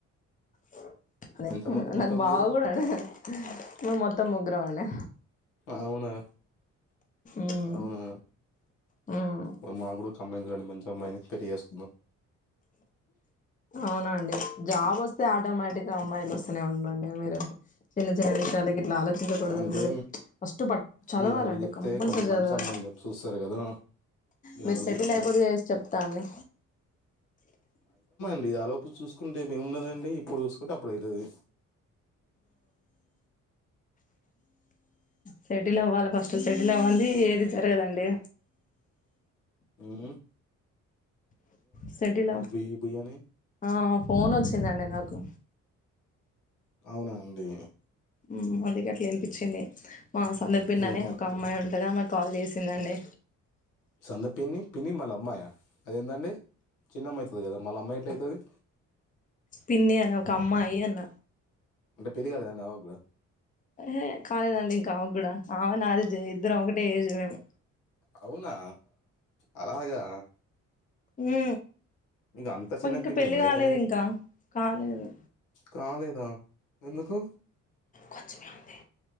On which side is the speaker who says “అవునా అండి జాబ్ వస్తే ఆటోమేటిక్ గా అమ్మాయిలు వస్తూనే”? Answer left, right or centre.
Left